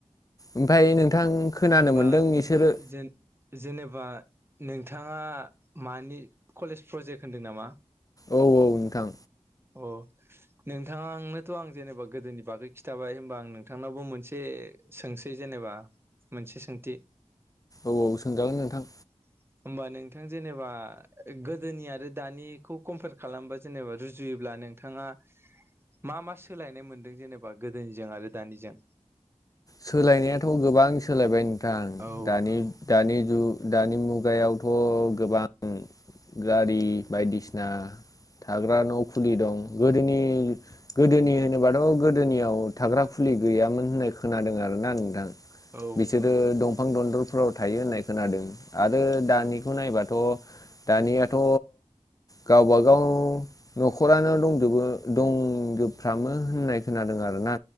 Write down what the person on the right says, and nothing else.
होमबा
जेन जेनेबा नोंथाङा मानि कलेज प्रजेक्ट होन्दों नामा?
अ नोंथांनोथ' आं जेनेबा गोदोनि बागै खिथाबाय होमबा आं नोंथांनावाबो मोनसे सोंसै जेनेबा। एबा मोनसे सोंथि।
<inaudible> होमबा नोंथां जेनेबा गोदोनि आरो दानिखौ कम्पेयार खालामबा जेनेबा रुजुयोब्लानो। नोंथाङा मा मा सोलायनाय मोन्दों जेनेनोबा गोदोनिजों आरो दानिजों।
औ
औ
औ